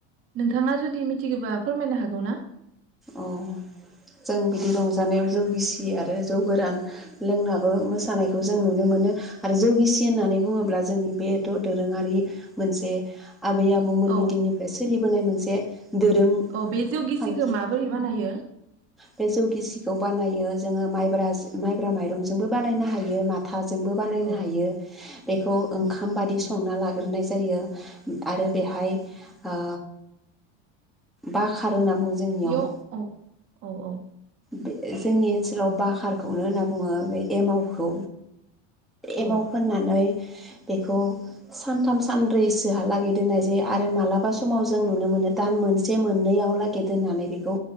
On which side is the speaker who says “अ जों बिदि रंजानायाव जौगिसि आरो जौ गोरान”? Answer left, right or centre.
Centre